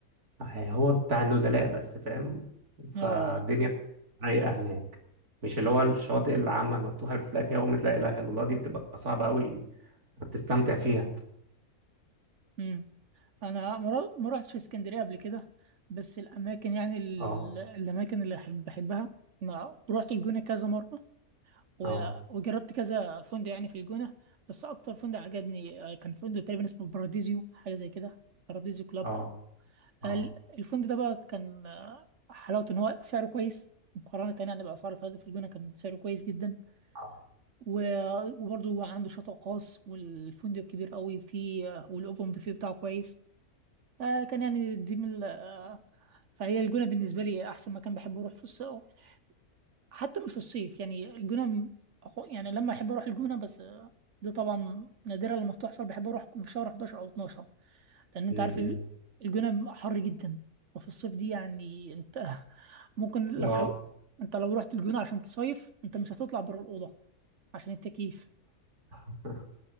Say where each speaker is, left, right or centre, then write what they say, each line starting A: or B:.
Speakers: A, on the right; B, on the right.
A: هو بتاع النزلاء بس فاهم فالدنيا
B: اه
A: رايقه هناك مش اللي هو الشواطئ العامه المفتوحه اللي بتلاقي فيها قمه لا اله الا الله دي بتبقى صعبه قوي بتستمتع فيها
B: امم انا ما رو- ما روحتش اسكندريه قبل كده بس الاماكن يعني ال-
A: اه
B: الاماكن اللي أحب بحبها انا روحت الجونه كذا مره و-
A: اه
B: وجربت كذا فندق يعني في الجونه بس اكتر فندق عجبني آه، كان فندق تقريبا اسمه باراديزيو حاجه زي كده باراديزيو كلاب
A: اه اه
B: ال- الفندق ده بقى كان آه، حلاوته ان هو سعره كويس مقارنة تاني يعني بأسعار الفنادق في الجونة كان سعره كويس جدا
A: اه
B: و- وبرضه هو عنده شاطئ خاص والفندق كبير قوي فيه آه، والأوبن بوفيه بتاعه كويس آه، كان يعني دي من ال- آه، فهي الجونة بالنسبة لي أحسن مكان بحب أروح في الصيف حتى مش في الصيف يعني الجونة م- أخو- يعني لما أحب أروح الجونة بس آه، دي طبعا نادرة لما بتحصل بحب أروح في شهر 11 أو 12 لان
A: م-
B: انت عارف ال-
A: م.
B: الجونه حر جدا وفي الصيف دي يعني انت <laughs> ممكن لو
A: اه
B: حاول انت لو رحت الجونه عشان تصيف انت مش هتطلع بره الاوضه عشان التكييف
A: <laughs>